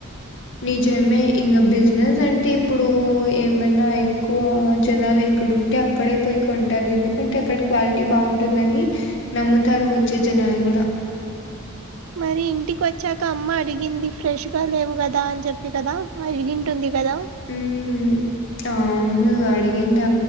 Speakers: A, on the left; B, on the right.
A: నిజమే ఇంగా బిజినెస్ అంటే ఇప్పుడు ఏమన్నా ఎక్కువ జనాలు ఎక్కడంటే అక్క అక్కడే పోయి కొంటారు ఎందుకంటే అక్కడ క్వాలిటీ బాగుంటుందని నమ్ముతారు వచ్చే జనాలు గూడా
B: మరి ఇంటికి వచ్చాక అమ్మ అడిగింది ఫ్రెష్గా లేవు గదా అని చెప్పి గదా అడిగింటుంది గదా
A: ఉమ్ ప్ అవును అడిగింది